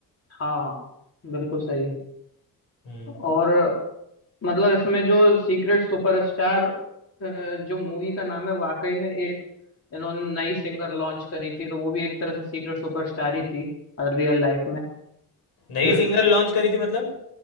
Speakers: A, on the left; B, on the left.
A: हाँ बिल्कुल सही
B: हम्म,
A: और मतलब इसमें जो सीक्रेट सुपरस्टार अ, जो मूवी का नाम है वाकई में एक इन्होंने नई सिंगर लॉन्च करी थी तो वो भी एक तरह से सीक्रेट सुपरस्टार ही थी रियल लाइफ में
B: नई
A: अ,
B: सिंगर लॉन्च करी थी मतलब